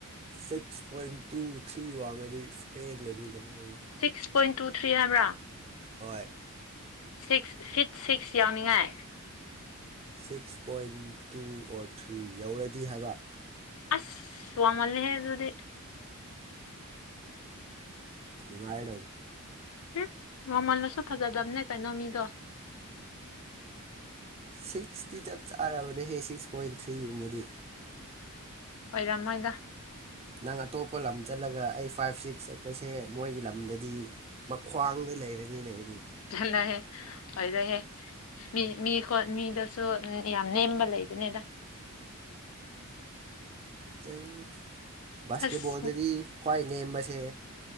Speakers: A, on the right; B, on the left.
A: ꯁꯤꯛꯁ ꯄꯣꯏꯟ ꯇꯨ ꯊ꯭ꯔꯤ ꯋꯥꯡꯉꯗꯤ ꯄꯦꯜꯂꯅꯤꯅꯦ
B: ꯁꯤꯛꯁ ꯄꯣꯏꯟ ꯇꯨ ꯊ꯭ꯔꯤ ꯍꯥꯏꯕ꯭ꯔꯥ
A: ꯍꯣꯏ
B: ꯁꯤꯛꯁ ꯐꯤꯠ ꯁꯤꯛꯁ ꯌꯥꯎꯅꯤꯡꯉꯥꯏ
A: six point two or three ꯌꯧꯔꯗꯤ ꯍꯥꯏꯕ
B: ꯑꯁ ꯋꯥꯡꯃꯜꯂꯦꯍꯦ ꯑꯗꯨꯗꯤ
A: ꯅꯨꯡꯉꯥꯏ
B: ꯎꯝ ꯉꯧꯃꯜꯂꯁꯨ ꯐꯖꯗꯕꯅꯦ ꯀꯩꯅꯣ ꯃꯤꯗꯣ
A: ꯁꯤꯛꯁꯇꯤ ꯆꯞ ꯆꯥꯔꯕꯅꯦꯍꯦ ꯁꯤꯛꯁ ꯄꯣꯏꯟ ꯊ꯭ꯔꯤꯒꯨꯝꯕꯗꯤ
B: ꯑꯣꯏꯔꯝꯃꯣꯏꯗ
A: ꯅꯪ ꯑꯇꯣꯞꯄ ꯂꯝ ꯆꯠꯂꯒ ꯑꯩ ꯐꯥꯏꯚ ꯁꯤꯛꯁ ꯆꯠꯄꯁꯦ ꯃꯣꯏꯒꯤ ꯂꯝꯗꯗꯤ ꯃꯈꯈ꯭ꯋꯥꯡꯗ ꯂꯩꯔꯅꯤꯅꯦ ꯑꯩꯗꯤ
B: ꯆꯅꯍꯦ ꯐꯩꯗꯦ ꯍꯦ ꯃꯤ ꯃꯤ ꯈꯣꯠ ꯃꯤꯗꯁꯨ ꯌꯥꯝ ꯅꯦꯝꯕ ꯂꯩꯕꯅꯤꯗ
A: ꯈꯤꯪ ꯕꯥꯁꯀꯦꯠꯕꯣꯜꯗꯗꯤ
B: ꯑꯁ
A: ꯈ꯭ꯋꯥꯏ ꯅꯦꯝꯕꯁꯦ